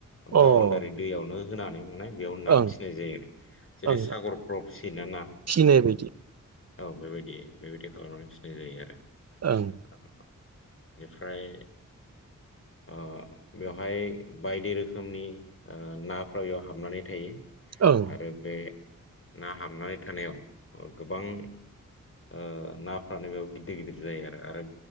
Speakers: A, on the right; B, on the left.
A: ओं
B: बाउनडारि दैयावनो होनानै माने बेयाव ना
A: अ ओं
B: फिसिनाय जायो आरो जेरै
A: ओं
B: सागरफ्राव फिसियोना ना
A: फिनाय बायदि
B: औ बेबायदि बेबायदि खालामनानै फिसिनाय जायो आरो
A: ओं
B: ओ बेनिफ्राय ओ बेवहाय बायदि रोखोमनि ओ नाफ्रा बेयाव हाबनानै थायो
A: ओं
B: आरो बे ना हाबनानै थानायाव ओ गोबां ओ नाफ्रानो बेयाव गिदिर गिदिर जायो आरो आरो